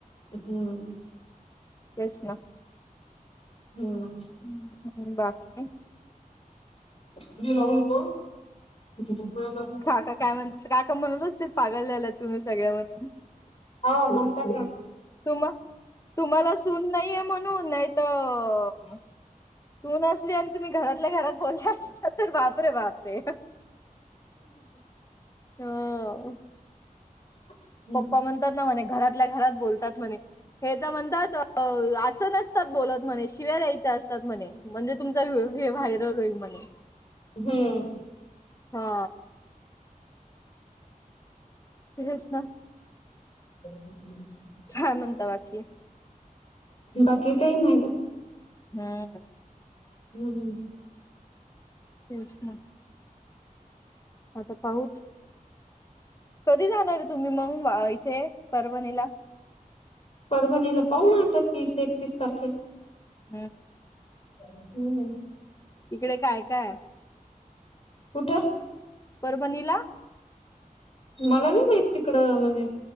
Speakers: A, on the left; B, on the left.
A: हम्म
B: येस ना
A: हम्म
B: हम्म, बाकी
A: <unintelligible>
B: काका काय म्हण काका म्हणत असतील पागल झालात तुम्ही सगळ्या जण
A: हो म्हणतात ना
B: तुमा तुम्हाला सून नाहीये म्हणून नाही तर सून असली आणि तुम्ही घरातल्या घरात बोलला अस ता तर बाप रे बापे रे हो
A: <inaudible>
B: पप्पा म्हणतात ना म्हणे घरातल्या घरात बोलतात म्हणे हे तर म्हणतात असं नस बोलत म्हणे शिव्या यायच्या असतात म्हणे म्हणजे तुमचा व्हायरल होईल म्हणे
A: हम्म
B: हा ते हेच ना
A: <unintelligible>
B: हाय म्हणता बाकी
A: बाकी काही नाही ग
B: हम्म
A: हम्म हम्म
B: तेच ना आता पाहूच कधी जाणार आहे तुम्ही मंग इथे परभणीला
A: परभणीला पाहू ना आता तीस एकतीस तारखेला
B: हम्म
A: हम्म
B: इकडे काय काय
A: कुठं
B: परभणीला
A: मला नाही माहित तिकडं म्हणजे